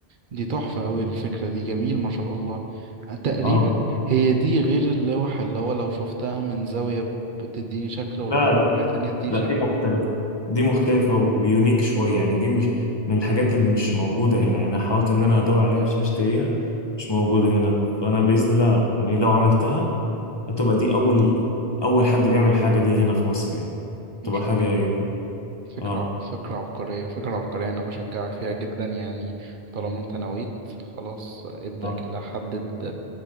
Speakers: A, on the right; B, on the left.
A: دي تحفة أوي الفكرة دي جميل ما شاء الله تقريبا
B: اه
A: هي دي غير اللوح اللي هو لو شفتها من زاوية بتديني شكل ولو
B: لا
A: من
B: لا
A: زاوية تانية تديني
B: لا
A: شكل
B: دي مختلفه دي مختلفه ويونيك شويه يعني دي مش من الحاجات اللي مش موجوده هنا يعني انا حاولت ان انا ادور عليها عشان اشتريها مش موجوده هنا فانا باذن الله يعني لو عملتها هتبقى دي أول أول حد بيعمل الحاجة دي هنا في مصر يعني
A: ما
B: تبقى
A: شاء
B: حاجة
A: الله فكرة
B: اه
A: عب- فكرة عبقرية فكرة عبقرية أنا بشجعك فيها جدا يعني طالما أنت نويت خلاص ابدأ
B: اه
A: كده حدد